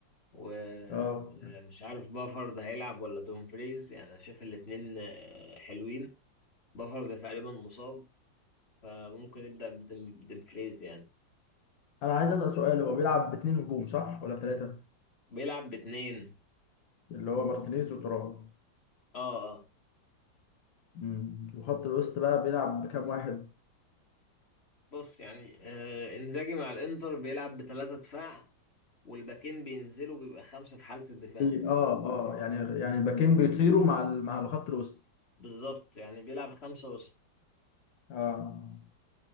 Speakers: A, on the left; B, on the left.
A: ومش
B: اه
A: عارف بافارد هيلعب ولا دومفريز يعني انا شايف الاتنين آه، حلوين بافارد تقريبا مصاب فممكن نبدأ بديمفريز يعني
B: انا عايز اسال سؤال هو بيلعب باتنين هجوم صح ولا بثلاثه
A: بيلعب باتنين
B: اللي هو مارتينيز وترام
A: اه اه
B: مم. وخط الوسط بقى بيلعب بكام واحد
A: بص يعني آه انزاجي مع الانتر بيلعب بتلاتة دفاع والباكين بينزلوا بيبقى خمسة في حالة الدفاع
B: بي... اه اه يعني يعني الباكين بيطيروا مع ال... مع الخط الوسط
A: بالظبط يعني بيلعب خمسة وسط
B: اه